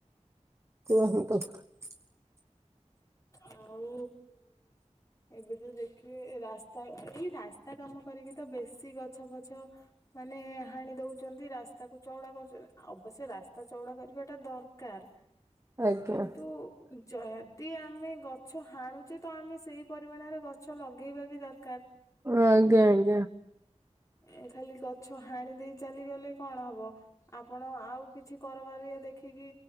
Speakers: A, on the right (about 20°); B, on the left (about 25°).
A: <inaudible>
B: ଆଉ ଏବେ ତ ଦେଖିବେ ରାସ୍ତା ଏଇ ରାସ୍ତା କାମ କରିକି ତ ବେଶୀ ଗଛ ଫଛ ମାନେ ହାଣି ଦୋଉଛନ୍ତି ରାସ୍ ତାକୁ ଚଉଡ଼ା କରୁଚେ ଅବଶ୍ୟ ରାସ୍ତା ଚଉଡା କରିବା ଟା ଦରକାର।
A: ଆଜ୍ଞା।
B: କିନ୍ତୁ ଜଦି ଆ ଆମେ ଗଛ ହାଣୁଚେ ତ ଆମେ ସେଇ ପରିମାଣରେ ଗଛ ଲଗେଇବା ବି ଦର
A: ଆଜ୍ଞା ଆଜ୍ଞା।
B: ଏ ଖାଲି ଗଛ ହାଣି ଦେଇ ଚାଲିଗଲେ କଣ ହବ, ଆପଣ ଆଉ କିଛି କରି ଦେଖିକି